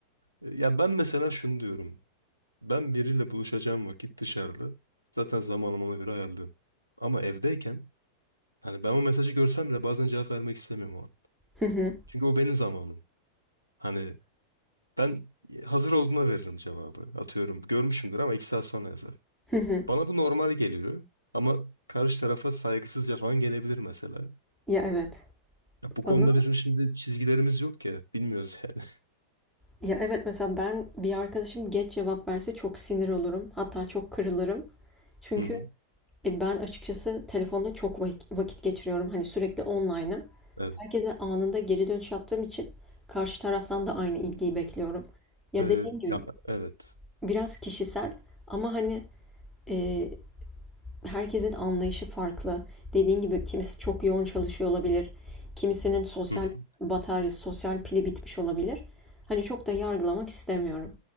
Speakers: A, on the right; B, in the centre.
A: E, Ya ben mesela şunu diyorum. Ben biriyle buluşacağım vakit dışarıda. Zaten zamanımı ona göre ayarlıyorum. Ama evdeyken hani ben o mesajı görsem bile bazen cevap vermek istemiyorum o an.
B: Hı hı,
A: Çünkü o benim zamanım. Hani ben e, hazır olduğuna veririm cevabı. Atıyorum görmüşümdür ama iki saat sonra yazar.
B: hı hı.
A: Bana bu normal geliyor. Ama karşı tarafa saygısızca falan gelebilir mesela.
B: Ya evet.
A: Ya bu konuda
B: Bana
A: bizim şimdi çizgilerimiz yok ya. Bilmiyoruz yani.
B: ya evet mesela ben bir arkadaşım geç cevap verse çok sinir olurum. Hatta çok kırılırım. Çünkü
A: <laughs> Hı hı.
B: e, ben açıkçası telefonda çok vak- vakit geçiriyorum. Hani sürekli online'ım.
A: Evet.
B: Herkese anında geri dönüş yaptığım için karşı taraftan da aynı ilgiyi bekliyorum. Ya
A: Ee,
B: dediğim gibi
A: ya evet.
B: biraz kişisel ama hani e, herkesin anlayışı farklı. Dediğim gibi kimisi çok yoğun çalışıyor olabilir. Kimisinin sosyal
A: Hı hı.
B: bataryası, sosyal pili bitmiş olabilir. Hani çok da yargılamak istemiyorum.